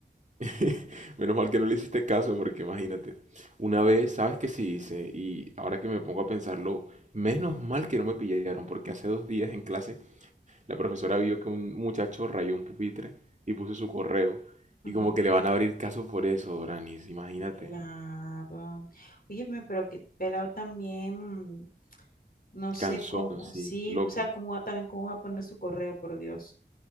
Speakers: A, on the right; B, on the left.
A: <laughs> Menos mal que no le hiciste caso, porque imagínate, una vez, ¿sabes qué sí hice? Y ahora que me pongo a pensarlo, menos mal que no me pillaron, porque hace dos días en clase la profesora vio que un muchacho rayó un pupitre y puso su correo.
B: Ujú.
A: Y como que le van a abrir caso por eso, Doranis, imagínate.
B: Claro. Oye, pero que pelado también, no sé
A: Cansón,
B: cómo,
A: sí,
B: sí,
A: loco.
B: o sea, cómo va- también cómo va a poner su correo, por Dios.